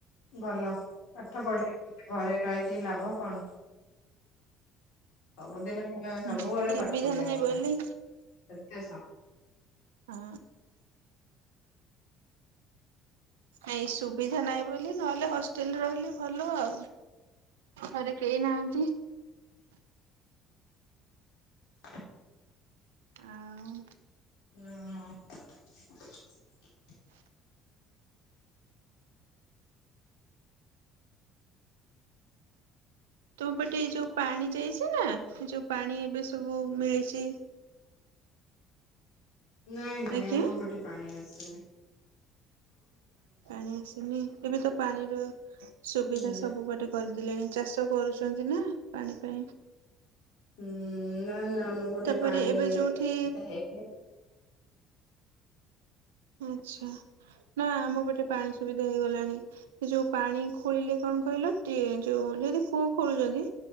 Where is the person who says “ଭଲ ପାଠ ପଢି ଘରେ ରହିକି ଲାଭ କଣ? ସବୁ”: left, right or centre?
Left